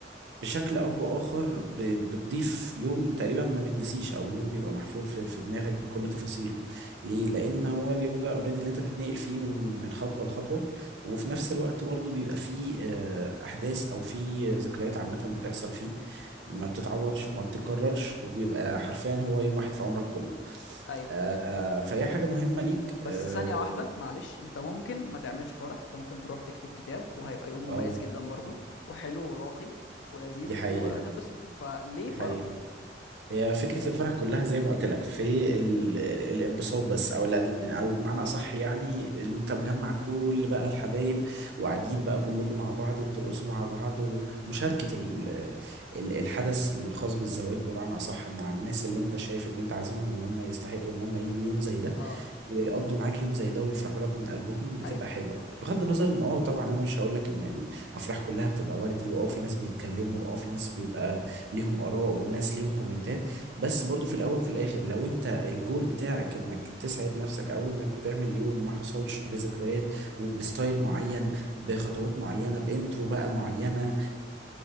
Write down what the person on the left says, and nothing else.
ايوه
بس
ثانية واحدة معلش انت ممكن ما تعملش فرح انت ممكن تروح تكتب كتاب وهيبقى يوم مميز
جدا برضو وحلو وراقي ولذيذ
وتبسط فليه
فرح
اه
ايوه